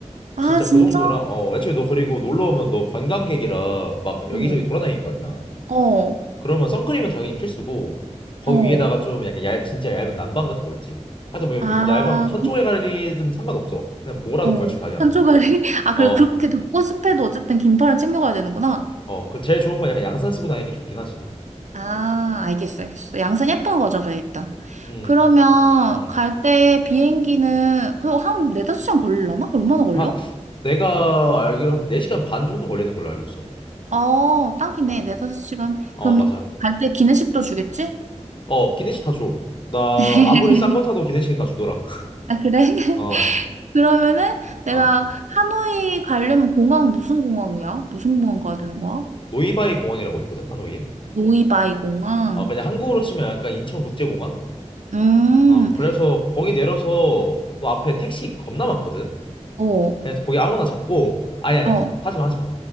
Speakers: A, on the right; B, on the left.
A: 아,
B: 진짜
A: 진짜?
B: 그 정도라. 어, 애초에 너 그리고 놀러 오면 너 관광객이라 막 여기저기
A: 어,
B: 돌아다닐 거 아니야.
A: 어,
B: 그러면 선크림은 당연히 필수고 거기
A: 어.
B: 위에다가 좀 약간 얇, 진짜 얇은 난방 같은 거 있지. 하여튼
A: 아,
B: 뭐, 뭐 얇은 뭐 천
A: 그,
B: 조개 가리든 상관없어. 그냥 뭐라도
A: 어.
B: 걸치고 다녀야
A: 한초가리?
B: 돼.
A: <laughs> 아, 그래.
B: 어,
A: 그렇게 덥고 습해도 어쨌든 긴팔을 챙겨가야 되는구나.
B: 어, 그 제일 좋은 건 약간 양산 쓰고 다니는 게 좋긴 하지.
A: 아, 알겠어, 알겠어. 양산 예쁜 거죠, 그래야겠다.
B: 음,
A: 그러면
B: 음.
A: 갈 때 비행기는 그거 한 네다섯 시간 걸리려나? 얼마나 걸려?
B: 한 내가 알기로 한 4시간 반 정도 걸리는 걸로 알고 있어.
A: 어, 딱이네.
B: 어.
A: 네다섯 시간.
B: 어,
A: 그럼
B: 맞아.
A: 갈 때 기내식도 주겠지?
B: 어, 기내식 다 줘. 나
A: <laughs>
B: 아무리 싼 거 타도 기내식은 다 주더라.
A: 아, 그래? <laughs>
B: <laughs> 어.
A: 그러면은 내가
B: 아.
A: 하노이 가려면 공항 무슨 공항이야? 무슨 공항 가야 되는 거야?
B: 노이바이 공항이라고 있거든. 하노이에.
A: 노이바이 공항.
B: 아, 그냥 한국으로 치면 약간 인천국제공항?
A: 음,
B: 어, 그래서 거기 내려서 또 앞에 택시 겁나 많거든.
A: 어,
B: 그냥 거기 아무나 잡고 아니 아니야.
A: 어,
B: 하지 마, 하지 마.